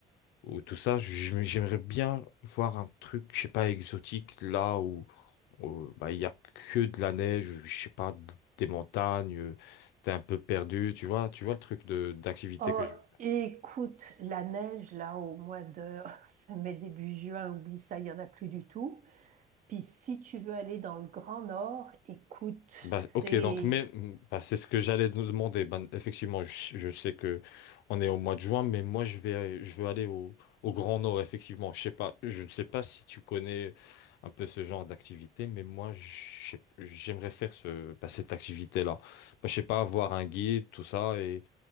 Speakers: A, on the left (about 85°); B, on the right (about 50°).
A: ou tout ça, j'aime- j'aimerais bien voir un truc, je sais pas, exotique là où, où, bah, il y a que de la neige, je sais pas, des montagnes, euh, t'es un peu perdu, tu vois, tu vois le truc de d'activité
B: Oh,
A: que je
B: écoute, la neige, là, au mois de <laughs> ça mai, début juin, oublie ça, il n'y en a plus du tout. Puis si tu veux aller dans le Grand Nord, écoute,
A: Bah,
B: c'est...
A: ok, donc mais bah, c'est ce que j'allais nous demander. Ben, effectivement, je, je sais que on est au mois de juin, mais moi je vais je veux aller au, au Grand Nord, effectivement. Je sais pas, je ne sais pas si tu connais un peu ce genre d'activité, mais moi je- j'aimerais faire ce, bah, cette activité-là. Bah, je sais pas, avoir un guide, tout ça, et,